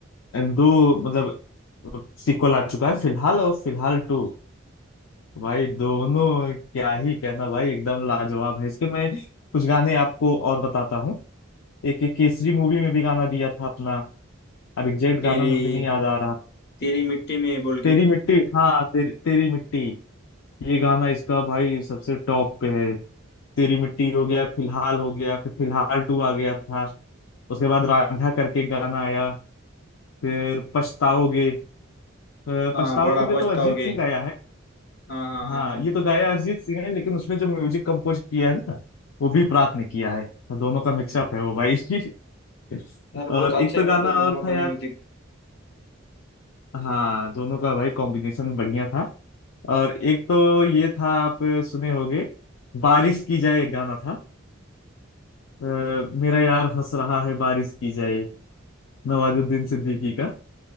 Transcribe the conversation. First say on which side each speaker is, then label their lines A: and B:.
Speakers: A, on the left (about 75°); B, on the left (about 55°).
A: दो मतलब सीक्वल आ चुका है फिलहाल और फिलहाल टू भाई दोनों क्या ही कहना भाई एकदम लाजवाब है इसके मैं कुछ गाने आपको और बताता हूँ एक एक केसरी मूवी में भी गाना दिया था अपना अब एग्जैक्ट
B: तेरी
A: गाना मुझे नहीं याद आ रहा
B: तेरी मिट्टी में बोल के
A: तेरी
B: क्या
A: मिट्टी हाँ तेरी तेरी मिट्टी ये गाना इसका भाई सबसे टॉप पे है तेरी मिट्टी हो गया फिलहाल हो गया फिर फिलहाल टू आ गया था उसके बाद रांझा करके एक गाना आया फिर पछताओगे अ,
B: हाँ
A: पछताओगे
B: बड़ा पछताओगे
A: तो अरिजीत सिंह गाया है
B: हाँ हाँ
A: हाँ
B: हाँ हाँ
A: ये तो गाया अरिजीत सिंह है लेकिन उसमें जो म्यूजिक कंपोज किया है ना वो भी प्रात ने किया है तो दोनों का मिक्सअप है वो भाई <laughs>
B: यार बहुत
A: और
B: अच्छा
A: एक तो
B: है मतलब
A: गाना
B: दोनों
A: और
B: का
A: था यार
B: म्यूजिक
A: हाँ दोनों का भाई कॉम्बिनेशन बढ़िया था और एक तो ये था आप सुने होंगे बारिश की जाए एक गाना था अ, मेरा यार हंस रहा है बारिश की जाए नवाजुद्दीन सिद्दीकी का